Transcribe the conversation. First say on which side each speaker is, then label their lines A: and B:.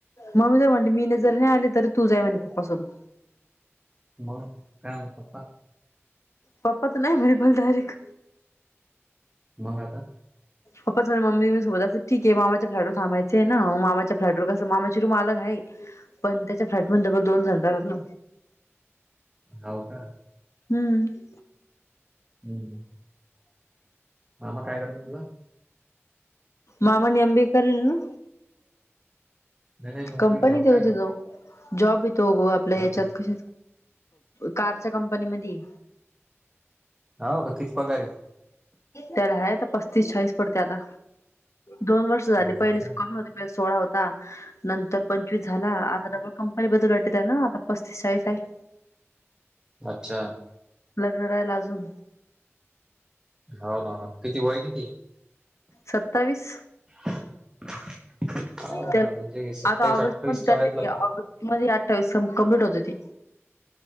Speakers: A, on the left; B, on the right.
A: मम्मी तर म्हटली, मी नाही जरी नाही आले, तरी तू जाय म्हणे पप्पासोबत.
B: मग काय होत पप्पा.
A: पा्पा तर नाही मरी बोलते मला डायरीख
B: मग आता
A: पप्पाच मम्मी मी सोबत असे ठीक आहे मामाच्या फ्लॅट थबाचय ना मग मामाच्या फ्लॅटवर कस मामाची रूम अलग आहे पण त्याच्या फ्लॅट मध्ये दोन जन राहत्यात ना
B: हाव का
A: हम्म्
B: हम् मामा काय करतो तुझा
A: मामानी एम बि करीलना
B: नाही नाही नोकरी
A: कंपनीत
B: जॉब
A: येतो
B: काय
A: जाऊ जॉब येतो ग आपल्या याच्यात
B: हो काय
A: कश कारच्या कंपनी मधी
B: होका किती पगार ये.
A: त्याला हायेत पस्तीस चाळीस पडते आता दोन वर्ष
B: हो
A: पहिले
B: का
A: स्काल सोळा होता नंतर पंचवीस झाला आता डबल कंपनी बदलली वाटत त्यान आता पस्तीस चाळीस आहे
B: अच्छा
A: लग्न रायल अजून
B: हो हो हो किती वय किती
A: सत्तावीस
B: हो
A: त्याला
B: ना म्हणजे सत्तावीस
A: आता ऑगस्ट
B: अठ्ठावीसच्या
A: मध्ये
B: वयात लग्न
A: ऑगस्ट मध्ये अठ्ठावीस कमप्लीट होते ते